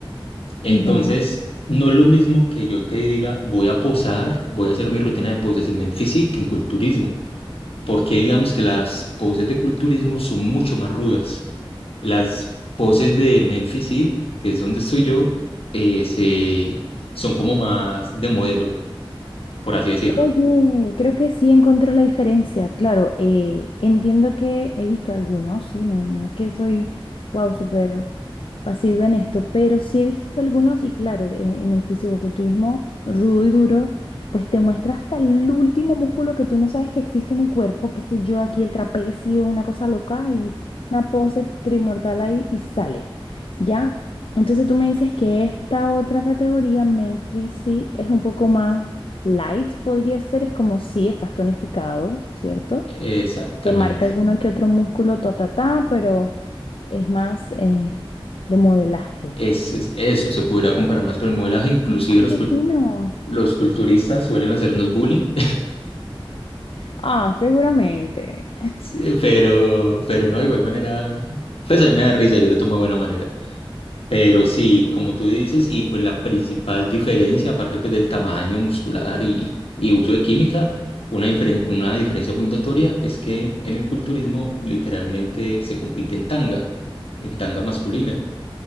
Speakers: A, on the left; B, on the left.
A: entonces,
B: Va.
A: no es lo mismo que yo te diga, voy a posar, voy a hacer mi rutina de poses en Memphis que en culturismo, porque digamos que las poses de culturismo son mucho más rudas. Las poses de Memphis que es donde estoy yo, eh, se- son como más de modelo, por así decirlo.
B: Oye, creo que sí encontré la diferencia. Claro, eh, entiendo que he visto algunos, sí, no, no es que soy, wow, súper sido en esto, pero sí he visto algunos y claro, e- en el fisicoculturismo rudo y duro, pues te muestra hasta el último músculo que tú no sabes que existe en el cuerpo, qué sé yo, aquí el trapecio, una cosa loca y una pose trimortal ahí y sale, ¿ya? Entonces tú me dices que esta otra categoría, Memphis, sí, es un poco más light, podría ser, es como si estás tonificado, ¿cierto?
A: Exactamente.
B: te marca alguno que otro músculo, ta, ta, ta, pero es más eh, de modelaje.
A: Es, es- eso se podría comparar más con el modelaje, inclusive
B: Ay,
A: los,
B: qué
A: cul-
B: fino.
A: los culturistas suelen hacernos bullying
B: Ah, seguramente.
A: Sí, pero, pero no, de igual manera, pues a mí me da risa, yo lo tomo de buena manera. Pero sí, como tú dices, y pues la principal diferencia, aparte pues del tamaño muscular y, y uso de química, una, diferen- una diferencia muy notoria es que en el culturismo literalmente se compite en tanga, en tanga masculina.